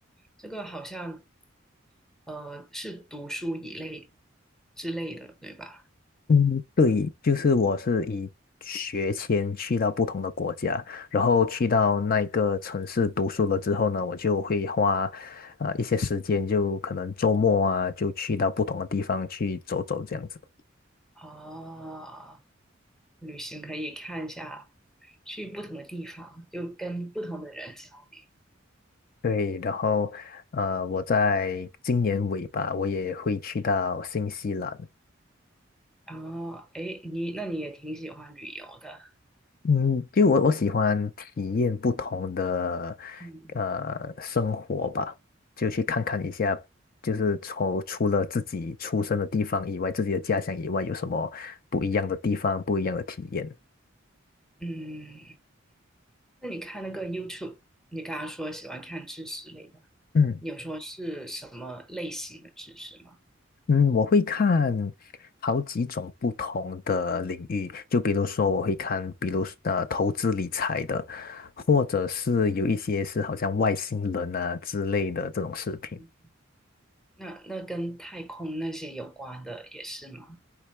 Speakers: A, in the centre; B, on the left.
A: 这个好像。呃，是读书一类之类的，对吧？
B: 嗯，对，就是我是以学签去到不同的国家，然后去到那一个城市读书了之后呢，我就会花呃一些时间，就可能周末啊，就去到不同的地方去走走这样子。
A: 哦，旅行可以看一下，去不同的地方，就跟不同的人交流。
B: 对，然后呃，我在今年尾吧，我也会去到新西兰。
A: 哦，后，哎，你那你也挺喜欢旅游的，
B: 嗯，就我我喜欢体验不同的
A: 嗯
B: 呃生活吧，就去看看一下，就是从除了自己出生的地方以外，自己的家乡以外，有什么不一样的地方，不一样的体验。
A: 嗯，那你看那个 YouTube，你刚刚说喜欢看知识类的，
B: 嗯
A: 你有说是什么类型的知识吗？
B: 嗯，我会看好几种不同的领域，就比如说我会看，比如呃投资理财的，或者是有一些是好像外星人啊之类的这种视频。
A: 嗯嗯那那跟太空那些有关的也是吗？